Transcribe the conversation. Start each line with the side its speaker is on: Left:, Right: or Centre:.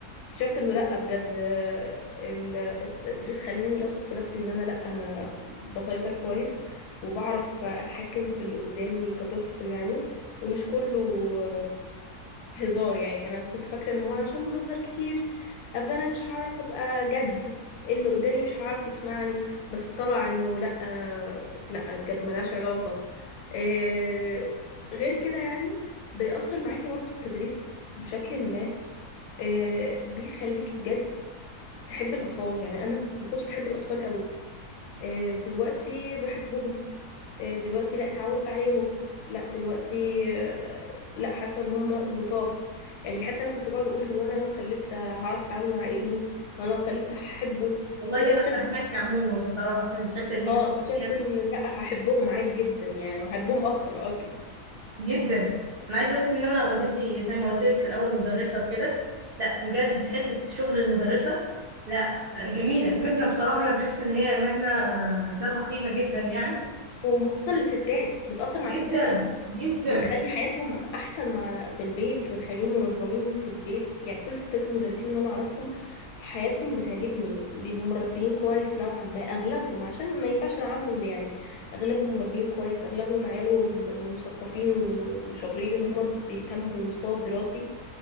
Left: اكتشفت انه لا بجد آه، ال- التدريس خلاني اثق في نفسي ان انا لا انا بسيطر كويس وبعرف اتحكم في اللي قدامي كطفل يعني ومش كله آه، هزار يعني انا كنت فاكره ان هو انا عشان بهزر كتير ابقى انا مش هعرف ابقى جد اللي قدامي مش هعرف يسمعني بس طلع انه لا آه، لا بجد ملهاش علاقه آه، غير كده يعني بيأثر معاكي برضو التدريس بشكل ما آه، بيخليكي بجد تحب الأطفال يعني أنا ما كنتش بحب الأطفال قوي آه، دلوقتي بحبهم آه، دلوقتي لا اتعودت عليهم لا دلوقتي آه، لا حاسة ان هم لطاف يعني حتى أنا كنت بقعد أقول هو أنا لو خلفت هعرف أتعامل مع ابني وأنا لو خلفت هحبه
Right: والله
Left: وكده
Right: انا
Left: اكتشفت
Right: فاهماكي عموما بصراحه في الحته دي
Left: اه
Right: بس
Left: اكتشفت
Right: يعني
Left: ان لا هحبهم عادي جدا يعني وهحبهم اكتر اصلا
Right: جدا انا عايزه اقول لك ان انا والدتي زي ما قلت لك في الاول مدرسه وكده لا بجد حته شغل المدرسه لا جميله مهنه بصراحه انا بحس ان هي مهنه آه، ذات قيمه جدا يعني
Left: وخصوصا الستات بتأثر مع
Right: جدا
Left: الستات
Right: جدا
Left: بتخلي حياتهم احسن مع في البيت بتخليهم منظمين في البيت يعني كل الستات المدرسين اللي انا اعرفهم حياتهم بتعجبني بيبقوا مربيين كويس نوعا ما اغلبهم عشان ما ينفعش نعمم يعني اغلبهم مربيين كويس اغلبهم عيالهم مثقفين و- وشاطرين ان هم بيهتموا بالمستوى الدراسي